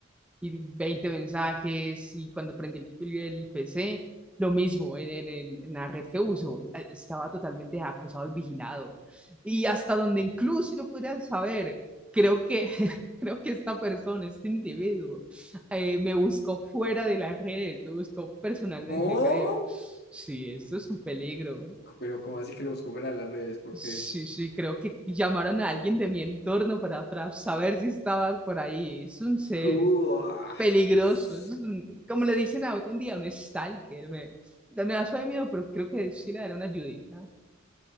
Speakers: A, in the centre; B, on the left.
A: y, y 20 mensajes. Y cuando prendí el, el PC, lo mismo en, en el- en la red que uso. eh, Estaba totalmente acosado y vigilado. Y hasta donde incluso yo podría saber, creo que, <laughs> creo que esta persona, este individuo, eh, me buscó fuera de la red, me buscó personalmente,
B: ¿Cómo?
A: creo. Sí, eso es un peligro.
B: Pero ¿cómo así que lo busco fuera de las redes? Porque...
A: Sí, sí, creo que llamaron a alguien de mi entorno para, para saber si estaba por ahí. Es un ser
B: Uh, ah.
A: peligroso,
B: <laughs>
A: es un- como le dicen hoy en día, un stalker. Me, no me da suave miedo, pero creo que sí le daré una ayudita.